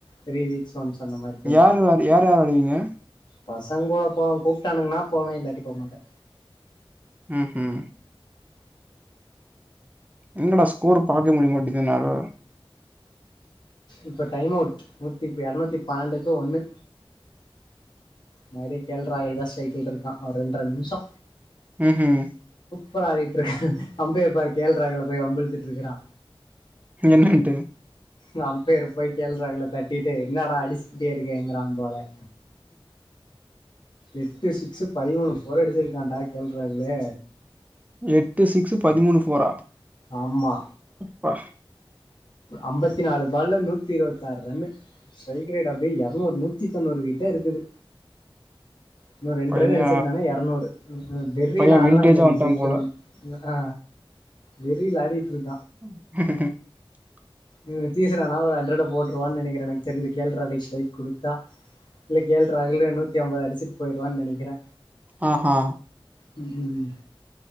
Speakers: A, on the left (about 50°); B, on the right (about 15°).
A: three weeks once அந்த மாரி
B: யாருராது யார்ரா விளாடுவீங்க
A: பசங் கூட போவே கூப்ட்டானுங்கன்னா போவே இல்லாட்டி போ மாட்டே
B: ம்ஹும் எங்கடா ஸ்கோரு பாக்கவே முடியமாட்டிக்து என்னால
A: இப்ப டைம் அவுட் நூத்தி இப்ப எரநூத்தி பன்னெண்டுக்கு ஒண்ணு நரி கே எல் ராகுல் ஸ்ரைகுள்ருக்கா ஒரு ரெண்ட்ர நிமஷோ
B: ம்ஹும்
A: பரா ஆடிட்ருக்காங்க அம்பயர் பாரு கே எல் ராகுல்ல போய் வம்புழுத்துட்ருக்கறா
B: என்னன்ட்டு
A: நா அம்பயர போய் கே எல் ராகுல்ல தட்டிட்டு என்னடா அடிச்சுட்டே இருக்கேங்கறா போல எட்டு சிக்ஸு பதிமூணு போரு அடிச்சுருக்கான்டா கே எல் ராகுல்லு
B: எட்டு சிக்ஸு பதிமூணு போரா
A: ஆமா
B: பா
A: அம்பத்தி நாலு பால்ல நூத்தி இருவத்தாறு ரன்னு ஸ்ட்ரைக் ரேட் அப்டியே எரநூறு நூத்தி தொண்ணூறு கிட்ட இருக்குது இன்னு ரெண்டு
B: பைய
A: ரன்னு அடிச்சிருந்தானா எரநூறு ம் ம் வெரில
B: பைய
A: ஆடுறா
B: வின்டேஜா
A: இன்னைக்கு
B: வந்ட்டா
A: ஜெய்க்கறோன்னு
B: போல
A: ஆ வெறீல ஆடிட்ருக்
B: ம்
A: நிதிஷ் ராணா ஒரு ஹண்ரட போட்டுருவான் நெனைக்குறே எனக் தெரிஞ்சு கே எல் ராகுல் ஸ்ட்ரைக் குடுத்தா இல்ல கே எல் ராகுலே நூத்தி அம்பது அடிச்சுட் போய்ருவான் நெனைக்குறே
B: ஆ ஆ
A: ம் ம் ம்